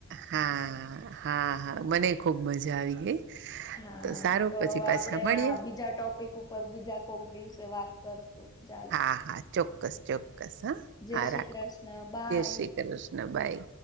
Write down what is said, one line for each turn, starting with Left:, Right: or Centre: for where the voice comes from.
Right: હા હા હા મને ખુબ મજા આવી ગઈ.
Left: હા
Right: સારું
Left: તો
Right: પછી
Left: હવે
Right: પાછા
Left: આપડે
Right: મળીએ.
Left: હા બીજા ટોપિક ઉપર બીજા કોક દિવસે વાત. કરશું. ચાલો.
Right: હા હા ચોક્કસ ચોક્કસ હા
Left: જય
Right: હા
Left: શ્રી
Right: રાખો.
Left: કૃષ્ણ બાય.
Right: જય શ્રી કૃષ્ણ ભાઈ.